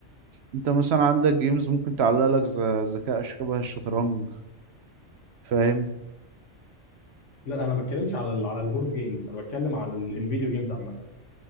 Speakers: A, on the right (about 65°); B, on the left (about 80°).
A: انت مثلا عندك جيمز ممكن تعلق لك ذ- ذكاء شبه الشطرنج فاهم
B: لا انا ما بتكلمش على ال... على البورد جيمز انا بتكلم على ال... الفيديو جيمز عامة